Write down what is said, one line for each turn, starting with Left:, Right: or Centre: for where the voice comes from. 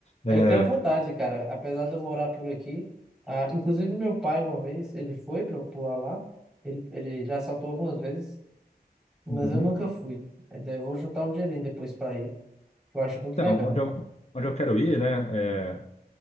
Left: É,
Centre: Eu tenho vontade, cara. Apesar de eu morar por aqui, ah, inclusive meu pai uma vez, ele foi para pular lá. Ele, ele já saltou algumas vezes, mas
Left: uhum.
Centre: eu nunca fui. Até vou juntar um dinheirinho depois para ir, que eu acho muito
Left: Então,
Centre: legal.
Left: onde eu, onde eu quero ir, né? é,